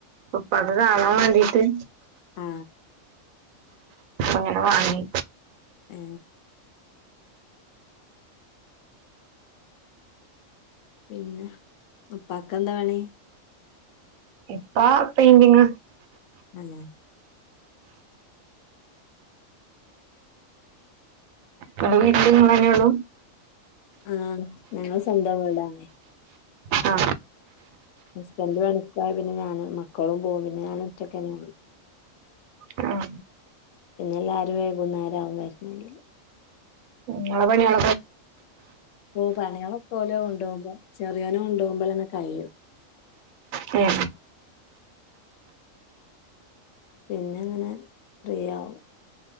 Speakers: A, on the right (about 85°); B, on the left (about 75°).
A: ഉപ്പാക്ക് കാണാൻ വേണ്ടീട്ട്
B: ഹാ
A: അങ്ങനെ വാങ്ങി
B: എ പിന്നെ ഉപ്പാക്കെന്താ പണി
A: ഇപ്പ പെയ്ന്റിങ്
B: അന്നെ
A: ഇങ്ങള വീട്ടില് ഇങ്ങളെന്നെയൊള്ളൂ
B: ഹാ ഞങ്ങള സ്വന്തം വ്ടാ
A: ഹാ
B: ഹസ്ബൻഡറ് പണിക്കോയ പിന്നെ ഞാനും മക്കളും പോകും പിന്നെ ഞാൻ ഒറ്റക്കെനൊള്ളൂ
A: ഹാ
B: പിന്നെ ല്ലാവരും വൈകുന്നേര ആകും വരണെങ്കിൽ
A: ഇങ്ങളെ പണിയൊ
B: ഓ പണികളെക്കെലെ കൊണ്ടപോമ്പോ ചെറിയോന കൊണ്ടപോമ്പോ തന്നെ കഴിയും
A: എ
B: പിന്നെ അങ്ങനെഫ്രീ ആകും